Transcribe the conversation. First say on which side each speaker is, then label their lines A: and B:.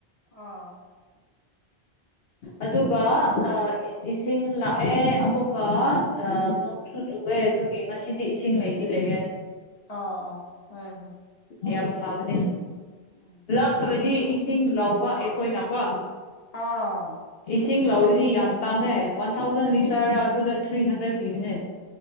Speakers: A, on the left; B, on the left.
A: ꯑ
B: ꯑꯗꯨꯒ
A: ꯎꯝ
B: ꯑ ꯏꯁꯤꯡ ꯂꯥꯛꯑꯦ ꯑꯃꯨꯛꯀ ꯑ ꯅꯣꯡꯁꯨꯨ ꯆꯨꯑꯦ ꯑꯗꯨ ꯒꯤ ꯉꯁꯤꯗꯤ ꯏꯁꯤꯡ ꯂꯩꯗꯤ ꯂꯩꯌꯦ
A: ꯑꯣ ꯑꯣꯥ ꯍꯣꯏ ꯍꯣꯏ
B: ꯌꯥꯝ ꯐꯕꯅꯦ
A: ꯎꯝ
B: ꯂꯥꯛꯇ꯭ꯔꯗꯤ ꯏꯁꯤꯡ ꯂꯥꯎꯕ ꯑꯩꯈꯣꯏꯅꯀꯣ
A: ꯑꯥ
B: ꯏꯁꯤꯡ ꯂꯧꯔꯗꯤ ꯌꯥꯝ ꯇꯥꯡꯉꯦ ꯋꯥꯟ ꯊꯥꯎꯖꯟ ꯂꯤꯇꯔ
A: ꯏꯁ
B: ꯑꯗꯨꯗ ꯊ꯭ꯔꯤ ꯍꯟꯗ꯭ꯔꯦꯠ ꯄꯤꯕꯅꯦ